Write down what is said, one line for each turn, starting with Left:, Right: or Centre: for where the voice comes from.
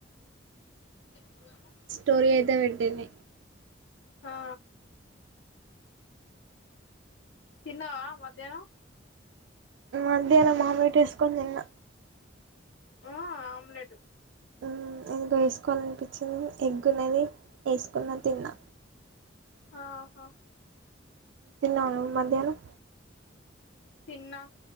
Left: టెంపులన్నావ్
Right: స్టోరీ అయితే పెట్టింది
Left: హా తిన్నావా మధ్యానమ్
Right: మధ్యానం ఆమ్లెట్ ఏసుకోని తిన్నా
Left: ఆ ఆమ్లెటు
Right: ఊ ఎందుకో వేస్కోవాలనిపించింది ఎగ్గున్నది ఏస్కున్న తిన్నా
Left: ఆహా
Right: తిన్నావా నువ్ మధ్యాహ్నం
Left: తిన్నా